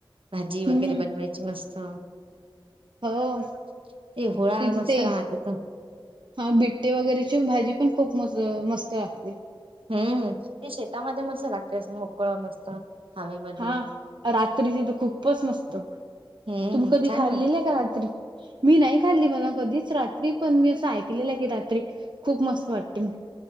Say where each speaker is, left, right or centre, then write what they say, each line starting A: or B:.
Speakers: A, on the right; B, on the right.
A: भाजी
B: हम्म
A: वगैरे बन वायच मस्त
B: हो
A: ते होळा
B: तिथे
A: मस्त
B: ते
A: राहतेथ
B: हा बिट्टे वगैरेची भाजी पण खूप मस्त लागते.
A: हम्म ती शेतामध्ये मस्त लागते असं मोकळ मस्त हवेमध्ये
B: हा कात्रीची तर खूपच मस्त.
A: हम्म
B: तुम्ही कधी
A: छान
B: खाल्लीलं
A: वाट
B: आहे का कात्री? मी नाही खाल्ली मला कधीच कात्री पण मी असं ऐकलेलं की कात्री खूप मस्त वाटते.